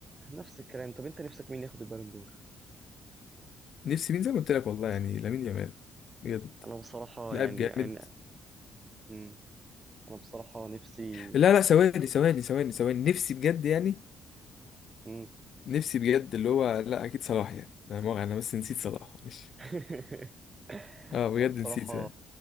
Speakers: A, on the right (about 30°); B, on the left (about 60°).
A: نفس الكلام طب أنت نفسك مين ياخد البالون دور؟
B: نفسي مين زي ما قلت لك والله يعني لامين يامال بجد
A: أنا بصراحة
B: لاعب
A: يعني
B: جامد
A: أنا مم. أنا بصراحة نفسي
B: لا لا ثواني ثواني ثواني ثواني نفسي بجد يعني
A: مم.
B: نفسي بجد اللي هو لا اكيد صلاح يعني انا أنا بس نسيت صلاح معلش
A: <laughs> أنا
B: اه بجد
A: بصراحة
B: نسيت بقى.